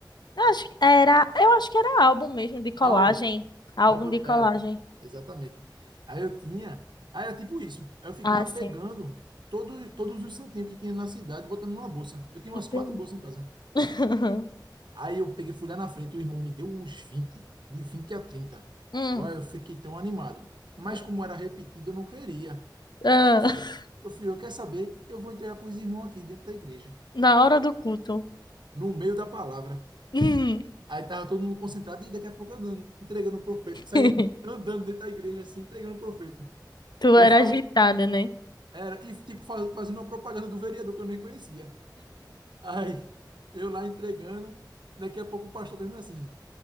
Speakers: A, on the left; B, on the right.
A: Eu acho que era, eu acho que era álbum mesmo de colagem.
B: Álbum.
A: Álbum
B: Álbum
A: de colagem.
B: era. Exatamente. Aí eu tinha. Aí era tipo isso. Eu ficava
A: Ah, sim.
B: pegando todo, todos os santinhos que tinha na cidade, botando numa bolsa. Eu tinha
A: Entendi.
B: umas quatro bolsas em casa.
A: <laughs>
B: Aí eu peguei, fui lá na frente, o irmão me deu uns 20 de vinte a trinta
A: Hum,
B: Eu, aí eu fiquei tão animado. Mas
A: hum.
B: como era repetido, eu não queria.
A: Ah,
B: Eu fui, eu fui, eu quero saber, eu vou entregar para os irmãos aqui dentro da igreja,
A: na hora do culto.
B: no meio da palavra.
A: Hum.
B: Aí tava todo mundo concentrado e daqui a pouco eu dando- entregando o profeto, saindo
A: <laughs>
B: andando dentro da igreja assim, entregando o profeto.
A: Tu
B: E
A: era
B: falando,
A: agitada, né?
B: era, e tipo fa- fazendo uma propaganda do vereador que eu nem conhecia. Aí eu lá entregando, daqui a pouco o pastor fez assim: